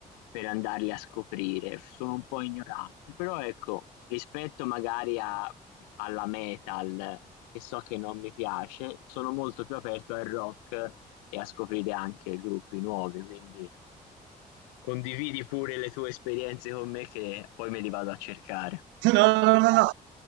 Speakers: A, on the left; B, on the right.
A: per andarli a scoprire. Sono un po' ignorante. Però ecco, rispetto magari a- alla metal, che so che non mi piace, sono molto più aperto al rock e a scoprire anche gruppi nuovi. Quindi condividi pure le tue esperienze con me che poi me li vado a cercare.
B: <laughs> No, no, no, no.